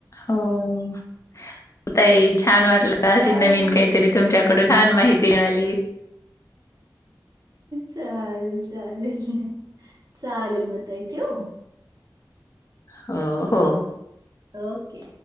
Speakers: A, on the left; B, on the right.
A: हो होताई छान वाटलं अशी
B: चालेल.
A: नवीन काहीतरी तुमच्या डून छान माहिती मिळाली
B: चालेल चालेल चालेल ताई ठेवू
A: हो हो
B: ओके